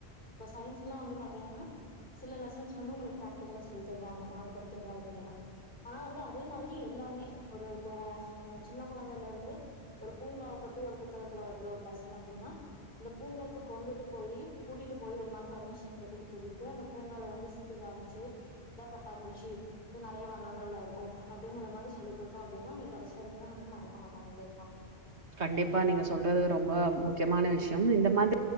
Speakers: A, on the left; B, on the right.
A: இப்ப சயின்ஸ் எல்லாம் வந்து பாத்தீங்கன்னா சில லெசன்ஸ் வந்து உங்களுக்கு பிராக்டிகலா சொல்லி தருவாங்க நாங்க படிக்கிற காலத்துல எல்லா ஆனா வந்து அதே மாரி எல்லாமே ஒரு இப்போ சின்ன கொழந்தைலேந்து ஒரு பூங்காவ பத்தி ஒரு புத்தகத்துல வருது ஒரு லெசன் அப்டின்னா அந்த பூங்காக்கு கொண்டுட்டு போய் கூட்டிட்டு போய் ஒரு நாள் பர்மிஷன் கேட்டுட்டு கூட்டிட்டு போய் அந்த பூங்கால வந்து சுத்தி காமிச்சு இதா பட்டாம்பூச்சி இது நறைய வண்ணங்கள்ல இருக்கும் அப்படிங்கிற மாதிரி சொல்லி் கொடுத்தோ அப்டின்னா இத கடைசி வரக்குமே வந்து மறக்க மாட்டாங்க இல்லைங்ளா
B: கண்டிப்பா நீங்க சொல்றது ரொம்ப முக்யமான விஷ்யம் இந்த மாரி